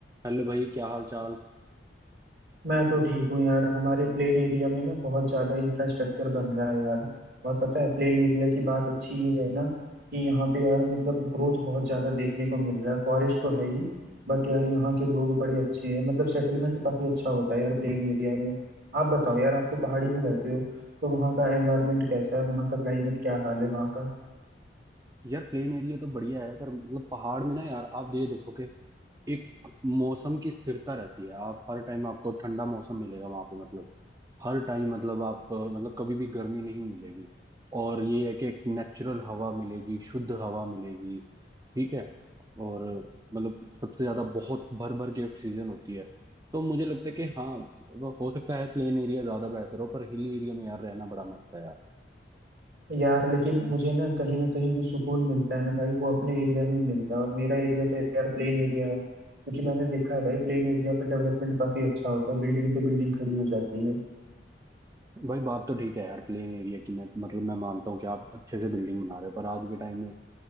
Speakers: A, on the right (about 20°); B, on the right (about 55°).
A: Hello भाई क्या हाल चाल
B: मैं तो ठीक हूँ यार हमारे प्लेन एरिया में ना बहुत ज्यादा इंफ्रास्ट्रक्चर बन रहा है यार और पता है प्लेन एरिया की बात अच्छी ये है ना कि यहाँ पे यार मतलब ग्रोथ बहुत ज्यादा देखने को मिल रहा है फॉरेस्ट तो है ही बट यार यहाँ के लोग बड़े अच्छे हैं मतलब सेटलमेंट काफी अच्छा होता है यार प्लेन एरिया में आप बताओ यार आप तो पहाड़ी में रहते हो तो वहाँ का एनवायरनमेंट कैसा है वहाँ का क्लाइमेट क्या हाल है वहाँ का
A: यार प्लेन एरिया तो बढ़िया है पर मतलब पहाड़ में ना यार आप ये देखो कि एक मौसम की स्थिरता रहती है आप हर टाइम आपको ठंडा मौसम मिलेगा वहां पे मतलब हर टाइम मतलब आप अ, मतलब कभी भी गर्मी नहीं मिलेगी और ये है कि एक नेचुरल हवा मिलेगी शुद्ध हवा मिलेगी ठीक है और अ, मतलब सबसे ज्यादा बहुत भर भर के ऑक्सीजन होती है तो मुझे लगता है कि हाँ वो हो सकता है प्लेन एरिया ज्यादा बेहतर हो पर हिली एरिया में यार रहना बड़ा मस्त है यार
B: यार लेकिन मुझे ना कहीं ना कहीं जो सुकून मिलता है ना भाई वो अपने एरिया में ही मिलता है और मेरा एरिया तो यार प्लेन एरिया है क्योंकि मैंने देखा है भाई प्लेन एरिया पे डेवलपमेंट काफी अच्छा होता है बिल्डिंग पे बिल्डिंग खड़ी हो जाती है
A: भाई बात तो ठीक है यार प्लेन एरिया की मैं मतलब मैं मानता हूँ कि आप अच्छे से बिल्डिंग बना रहे हो पर आज के टाइम में